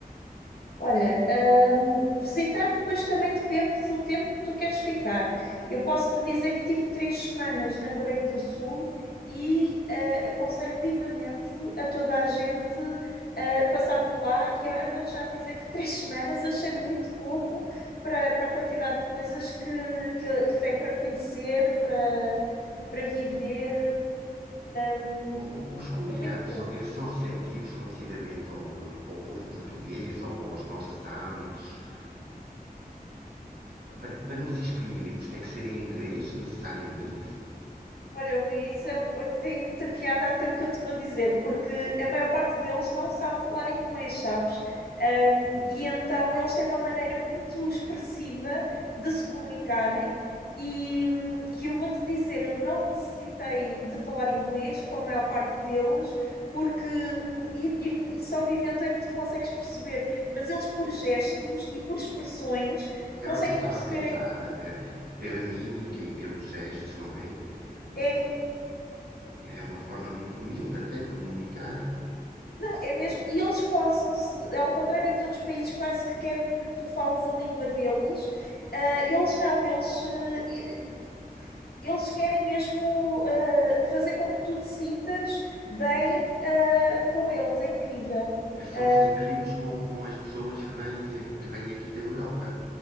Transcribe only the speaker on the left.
Olha, hum, visitar depois também depende do tempo que tu queres ficar. Eu posso te dizer que tive três semanas na Coreia do Sul e eh, aconselho vivamente a toda a gente eh, passar por lá. E olha, vou-te já dizer que três <laughs> semanas achei muito pouco para, para a quantidade de coisas que, que, que tem para conhecer, para, para viver. hum,
Foi muito pouco.
Olha, Rui, isso é, um- tem muita piada até o que eu te vou dizer, porque a maior parte deles não sabe falar inglês, sabes? Um,
e então eles têm uma maneira muito expressiva de se comunicarem. E, hum, e eu vou-te dizer, eu não necessitei de falar inglês com a maior parte deles, porque hum, e, e- e só vivendo é que tu consegues perceber, mas eles por gestos e por expressões conseguem
perceber.
É,
Não, é mesmo. E eles esforçam-se, ao contrário dos outros países, quase que querem que tu fales a língua deles. ah, eles não, eles, eh, e- eles querem mesmo ah, fazer com que tu te sintas bem ah, com eles. É incrível.
Ah,